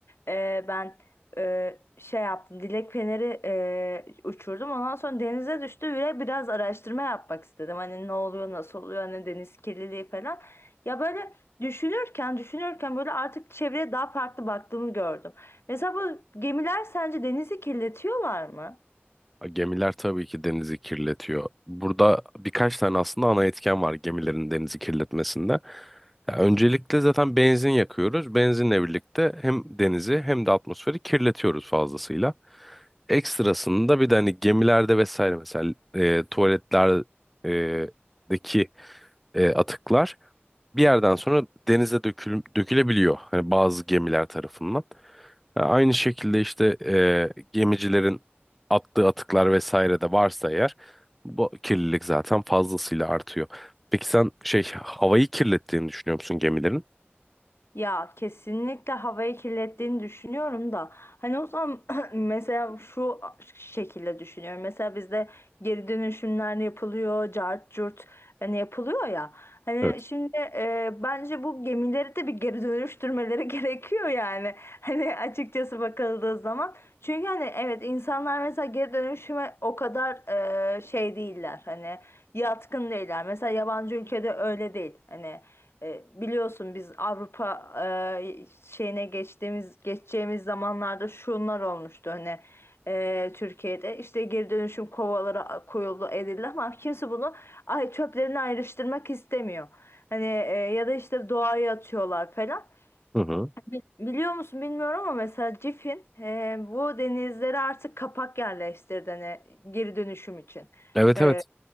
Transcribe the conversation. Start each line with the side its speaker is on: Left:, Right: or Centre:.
Left: Ee, ben e, şey yaptım. Dilek feneri e, uçurdum. Ondan sonra denize düştü ve biraz araştırma yapmak istedim. Hani ne oluyor, nasıl oluyor, hani deniz kirliliği falan. Ya böyle düşünürken düşünürken böyle artık çevreye daha farklı baktığımı gördüm. Mesela bu gemiler sence denizi kirletiyorlar mı?
Centre: Gemiler tabii ki denizi kirletiyor. Burada birkaç tane aslında ana etken var gemilerin denizi kirletmesinde. Ya öncelikle zaten benzin yakıyoruz. Benzinle birlikte hem denizi hem de atmosferi kirletiyoruz fazlasıyla. Ekstrasında bir de hani gemilerde vesaire mesela e, tuvaletlerdeki e, atıklar bir yerden sonra denize dökül, dökülebiliyor. Hani bazı gemiler tarafından. Ha, Aynı şekilde işte e, gemicilerin attığı atıklar vesaire de varsa eğer bu kirlilik zaten fazlasıyla artıyor. Peki sen şey havayı kirlettiğini düşünüyor musun gemilerin?
Left: Ya kesinlikle havayı kirlettiğini düşünüyorum da hani o zaman <clears throat> mesela şu şekilde düşünüyorum. Mesela bizde geri dönüşümler yapılıyor, cart curt hani yapılıyor ya. Hani
Centre: Evet.
Left: şimdi e, bence bu gemileri de bir geri dönüştürmeleri <laughs> gerekiyor yani. Hani açıkçası bakıldığı zaman. Çünkü hani evet insanlar mesela geri dönüşüme o kadar e, şey değiller. Hani yatkın değiller. Mesela yabancı ülkede öyle değil. Hani e, biliyorsun biz Avrupa e, şeyine geçtiğimiz geçeceğimiz zamanlarda şunlar olmuştu hani e, Türkiye'de işte geri dönüşüm kovaları koyuldu edildi ama kimse bunu ay çöplerini ayrıştırmak istemiyor. Hani e, ya da işte doğaya atıyorlar falan.
Centre: Hı hı.
Left: Bi- Biliyor musun bilmiyorum ama mesela Cif'in e, bu denizlere artık kapak yerleştirdi hani geri dönüşüm için.
Centre: Evet
Left: E,
Centre: evet